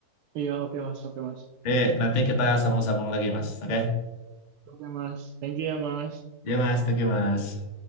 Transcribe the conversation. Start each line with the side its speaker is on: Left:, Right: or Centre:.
Right: Iya oke mas oke mas.
Left: Jadi nanti kita sambung-sambung lagi mas. Oke?
Right: Oke mas. Thank you ya mas.
Left: Ya mas. Thank you mas.